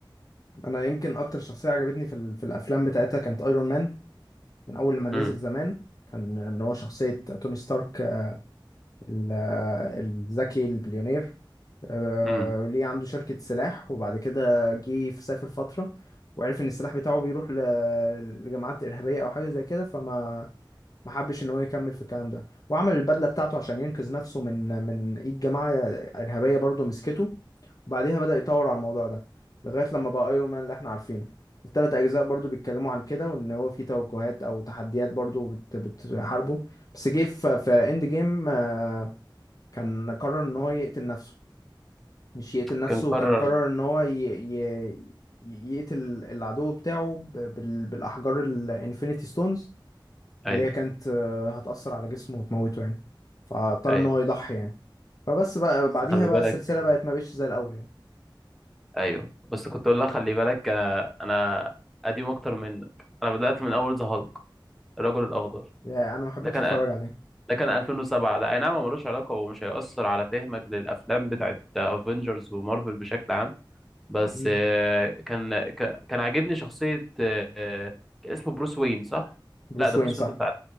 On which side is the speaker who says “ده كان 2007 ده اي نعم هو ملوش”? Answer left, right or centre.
Centre